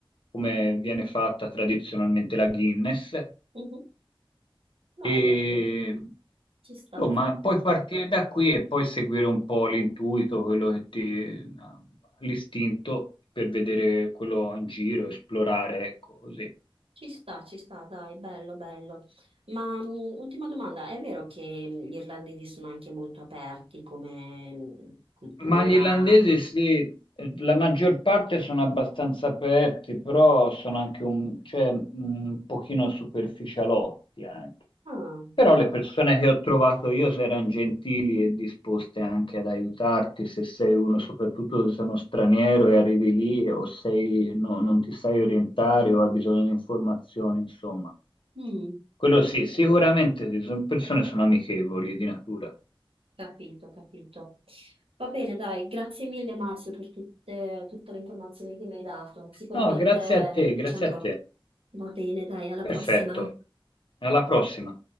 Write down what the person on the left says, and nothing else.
come viene fatta tradizionalmente la Guinness.
E,
insomma, puoi partire da qui e poi seguire un po' l'intuito, quello che ti, l'istinto per vedere quello in giro, esplorare, ecco, così.
Ma gli irlandesi sì, eh, la maggior parte sono abbastanza aperti, però sono anche un, cioè, un pochino superficialotti anche.
Però le persone che ho trovato io erano gentili e disposte anche ad aiutarti se sei uno, soprattutto se sei uno straniero e arrivi lì o sei, no- non ti sai orientare o hai bisogno di informazioni, insomma.
Quello sì, sicuramente sì, sono persone sono amichevoli di natura.
No, grazie
a te, grazie
a te.
Perfetto.
Alla prossima.